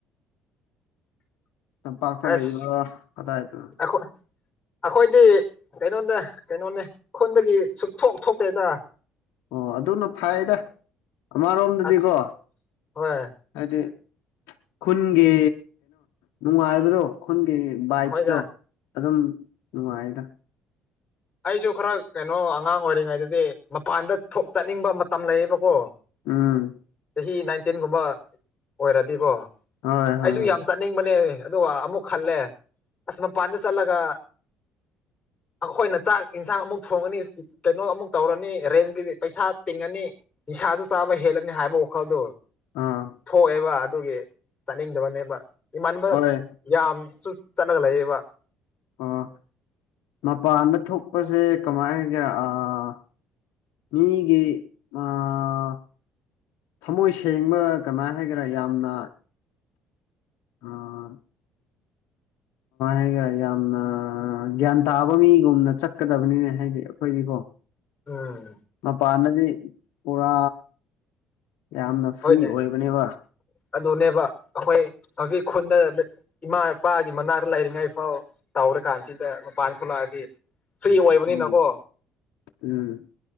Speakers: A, on the left; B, on the left.
A: <unintelligible>
B: ꯇꯝꯄꯥꯛꯇ
A: ꯑꯁ
B: ꯂꯩꯕꯔꯣ ꯀꯗꯥꯏꯗꯅꯣ
A: ꯑꯩꯈꯣꯏ ꯑꯩꯈꯣꯏꯗꯤ ꯀꯩꯅꯣꯅꯦ ꯀꯩꯅꯣꯅꯦ ꯈꯨꯟꯗꯒꯤ ꯁꯨꯛ ꯊꯣꯛ ꯊꯣꯛꯇꯦꯗ
B: ꯑꯣ ꯑꯗꯨꯅ ꯐꯩꯗ ꯑꯃꯔꯣꯝꯗꯗꯤꯀꯣ
A: ꯑꯁ ꯍꯣꯏ
B: ꯍꯥꯏꯗꯤ ꯈꯨꯟꯒꯤ ꯅꯨꯪꯉꯥꯏꯕꯥꯗꯣ ꯀꯩꯅꯣ ꯈꯨꯟꯒꯤ ꯕꯥꯏꯞꯁꯗꯣ
A: ꯍꯣꯏꯗ
B: ꯑꯗꯨꯝ ꯅꯨꯡꯉꯥꯏꯗ
A: ꯑꯩꯁꯨ ꯈꯔ ꯀꯩꯅꯣ ꯑꯉꯥꯡ ꯑꯣꯏꯔꯤꯉꯩꯗꯗꯤ ꯃꯄꯥꯟꯗ ꯊꯣꯛ ꯆꯠꯅꯤꯡꯕ ꯃꯇꯝ ꯂꯩꯌꯦꯕꯀꯣ
B: ꯎꯝ
A: ꯆꯍꯤ ꯅꯥꯏꯟꯇꯤꯟꯒꯨꯝꯕ ꯑꯣꯏꯔꯗꯤꯀꯣ
B: ꯍꯣꯏ ꯍꯣꯏ
A: ꯑꯩꯁꯨ
B: ꯍꯣꯏ
A: ꯌꯥꯝ ꯆꯠꯅꯤꯡꯕꯅꯦ ꯑꯗꯨꯒ ꯑꯃꯨꯛ ꯈꯜꯂꯦ ꯑꯁ ꯃꯄꯥꯟꯗ ꯆꯠꯂꯒ ꯑꯈꯣꯏꯅ ꯆꯥꯛ ꯏꯟꯁꯥꯡ ꯑꯃꯨꯛ ꯊꯣꯡꯉꯅꯤ ꯀꯩꯅꯣ ꯑꯃꯨꯛ ꯇꯧꯔꯅꯤ ꯔꯦꯟꯖꯀꯤ ꯄꯩꯁꯥ ꯇꯤꯡꯉꯅꯤ ꯅꯤꯁꯥꯁꯨ ꯆꯥ ꯆꯕ ꯍꯦꯜꯂꯅꯤ ꯍꯥꯏꯕ ꯋꯥꯈꯜꯗꯨ
B: ꯑꯥ
A: ꯊꯣꯛꯑꯦꯕ ꯑꯗꯨꯒꯤ ꯆꯠꯅꯤꯡꯗꯕꯅꯦꯕ ꯏꯃꯥꯟꯅꯕ
B: ꯍꯣꯏ
A: ꯌꯥꯝꯁꯨ ꯆꯠꯂꯒ ꯂꯩꯌꯦꯕ
B: ꯑꯥ ꯃꯄꯥꯟꯗ ꯊꯣꯛꯄꯁꯦ ꯀꯃꯥꯏ ꯍꯥꯏꯒꯦꯔꯥ ꯑꯥ ꯃꯤꯒꯤ ꯑꯥ ꯊꯃꯣꯏ ꯁꯦꯡꯕ ꯀꯃꯥꯏꯅ ꯍꯥꯏꯒꯦꯔꯥ ꯌꯥꯝꯅ ꯑꯥ
A: <inaudible>
B: ꯍꯥꯏꯈꯔꯦ ꯌꯥꯝꯅ ꯒ꯭ꯌꯥꯟ ꯇꯥꯕ ꯃꯤꯒꯨꯝꯅ ꯆꯠꯀꯗꯕꯅꯤꯅꯦ ꯍꯥꯏꯗꯤ ꯑꯩꯈꯣꯏꯗꯤꯀꯣ
A: ꯎꯝ
B: ꯃꯄꯥꯟꯗꯗꯤ ꯄꯨꯔꯥ ꯌꯥꯝꯅ ꯐ꯭ꯔꯤ
A: ꯍꯣꯏꯅꯦ
B: ꯑꯣꯏꯕꯅꯦꯕ
A: ꯑꯗꯨꯅꯦꯕ ꯑꯩꯈꯣꯏ ꯍꯧꯖꯤꯛ ꯈꯨꯟꯗ ꯏꯃꯥ ꯏꯄꯥꯒꯤ ꯃꯅꯥꯛꯇ ꯂꯩꯥꯏꯔꯤꯉꯩ ꯐꯥꯎ ꯇꯧꯔꯀꯥꯟꯁꯤꯗ ꯃꯄꯥꯟ ꯊꯣꯛꯂꯛꯑꯗꯤ ꯐ꯭ꯔꯤ ꯑꯣꯏꯕꯅꯤꯅꯀꯣ
B: ꯎꯝ ꯎꯝ